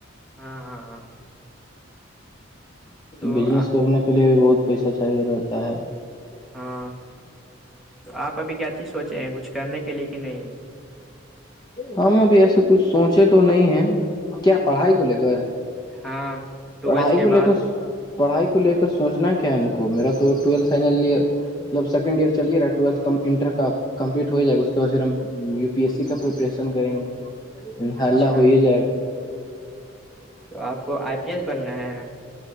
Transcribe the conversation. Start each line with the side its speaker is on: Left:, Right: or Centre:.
Centre: ہاں ہاں ہاں تو
Left: بجنس کرنے کے لیے بھی بہت پیسہ چاہیے رہتا ہے <unintelligible>
Centre: ہاں آپ ابھی کیا چیز سوچے ہیں کچھ کرنے کے لیے کہ نہیں
Left: ہم ابھی ایسے کچھ سوچے تو نہیں ہے کیا پڑھائی کو لے کر
Centre: ہاں ٹویلتھ
Left: پڑھائی
Centre: کے
Left: کو لے
Centre: بعد
Left: کر پڑھائی کو لے کر سوچنا کیا ہے ہم کو میرا تو ٹویلھ فنل جب سیکنڈ ایئر چلیے رہا ٹویلتھ انٹر کا کمپلیٹ ہو جائے گ اس کے بد پھر ہم پی ایس سی کا پریپریشن کریں گے انشاء
Centre: اچھا
Left: اللہ ہو ہی جائے گا
Centre: آپ کو آئی پی ایس بننا ہے